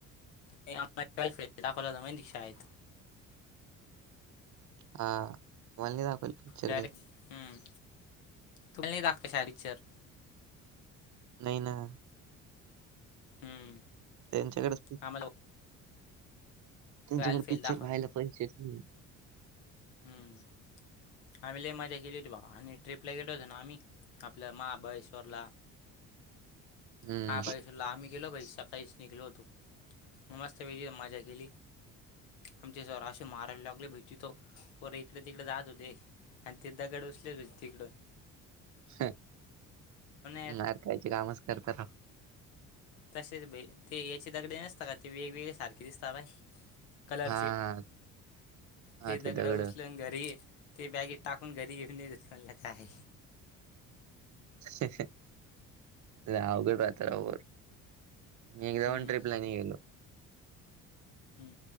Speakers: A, on the left (about 80°); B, on the right (about 50°).
A: हम्म. <inaudible> दाखवला होता माहीतीय काय शाळेत
B: हा कोलनी दाखवली पिक्चर
A: डायरेक्ट
B: काय.
A: हम्म तुम्हाला नाह दाखवायचा हा पिक्चर.
B: नाही नां.
A: हम्म.
B: त्यांच्याकडेच.
A: आम्हाला
B: त्यांच्याकडे
A: ट्वेल्थ फेल
B: पिक्चर
A: दाखव
B: व्हायला पैसेच नाही.
A: हम्म. आम्ही लय मजा केली होती बाबा आणि ट्रीपला गेलो होतो ना आम्ही आपलं महाबळेश्वरला.
B: हम्म
A: महाबळेश्वरला आम्ही गेलो बाई सकाळीच निघलो होतो मस्त पैकी मजा केली. आमचे सर असे मारायला लागले भिती तो पोर इकडे तिकडे जात होते. आणि ते दगड उचलेलेत तिकड.
B: हं
A: यार
B: मार खायचे कामच करता राव.
A: तसेच बे ते याचे दगडे नसता का ते वेगवेगळे सारखे दिसतात बाय. कलरचे
B: हां, हां,
A: ते दगड
B: दगडं.
A: उसलून घरी. ते बॅगेत टाकून घरी घेऊन आणलं म्हणलं काय आहे.
B: हंहं लावगे <unintelligible> तारावर मीं एकदा
A: हम्म
B: पण ट्रिपला नाही गेलो.
A: हम